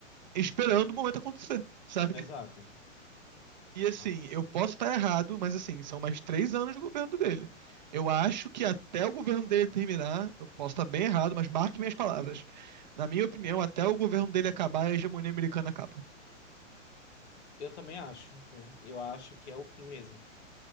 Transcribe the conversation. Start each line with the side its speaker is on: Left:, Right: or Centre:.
Right: esperando o momento acontecer, sabe?
Left: Exato.
Right: E assim,
Left: Nossa.
Right: eu posso estar errado, mas assim, são mais três anos do governo dele. Eu acho que até o governo dele terminar, eu posso estar bem errado, mas marque minhas palavras. Na minha opinião, até o governo dele acabar, a hegemonia americana acaba.
Left: Eu também acho. viu? Eu acho que é o fim mesmo.